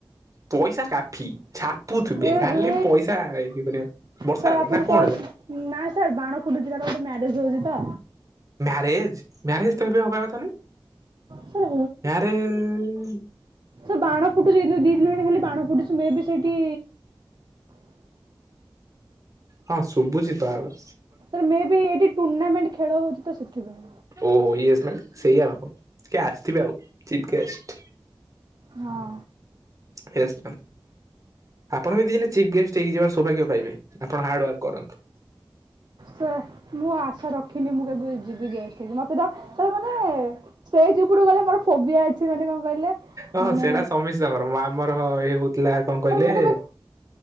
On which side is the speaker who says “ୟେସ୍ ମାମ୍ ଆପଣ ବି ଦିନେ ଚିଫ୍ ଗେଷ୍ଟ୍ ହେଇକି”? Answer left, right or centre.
Right